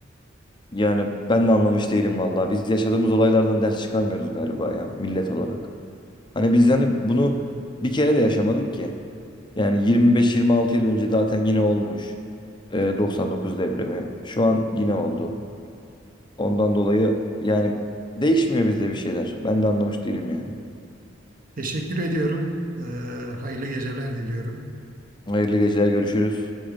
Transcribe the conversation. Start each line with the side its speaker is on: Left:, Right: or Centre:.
Left: Yani ben de anlamış değilim vallahi. Biz yaşadığımız olaylardan ders çıkarmıyoruz galiba ya millet olarak. Hani biz yani bunu bir kere de yaşamadık ki. Yani 25-26 yıl önce zaten yine olmuş. Ee, 99 depremi. Şu an yine oldu. Ondan dolayı yani değişmiyor bizde bir şeyler. Ben de anlamış değilim yani.
Right: Teşekkür ediyorum. Ee, hayırlı geceler diliyorum.
Left: Hayırlı geceler görüşürüz.